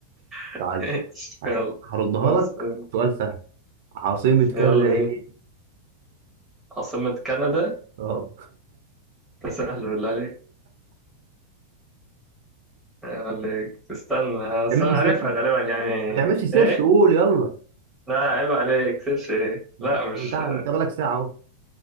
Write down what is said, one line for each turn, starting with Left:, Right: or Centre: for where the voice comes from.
Centre: <laughs>
Right: معلش
Centre: يلا
Right: هردها
Centre: اسأل.
Right: لك سؤال سهل عاصمة كندا
Centre: يلا
Right: ايه؟
Centre: بينا عاصمة كندا
Right: اه
Centre: ده سهل بالله عليك يلا عليك. استنى أصل
Right: يا ماشي
Centre: أنا عارفها
Right: سر
Centre: غالبا يعني
Right: ما تعملش سيرش
Centre: إيه؟
Right: قول يلا
Centre: لا عيب عليك سيرش ايه
Right: ما
Centre: لا
Right: انت
Centre: مش
Right: ما انت انت بقالك ساعه اهو